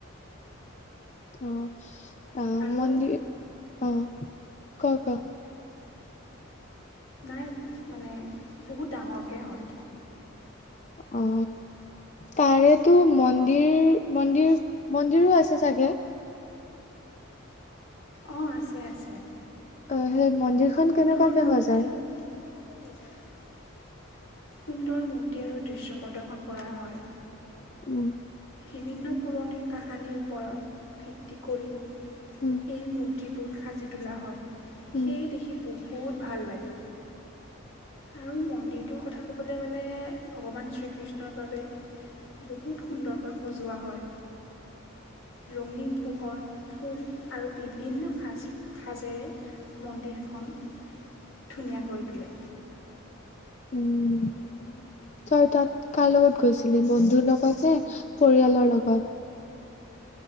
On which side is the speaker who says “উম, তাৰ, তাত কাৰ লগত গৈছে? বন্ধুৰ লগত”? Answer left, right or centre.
Left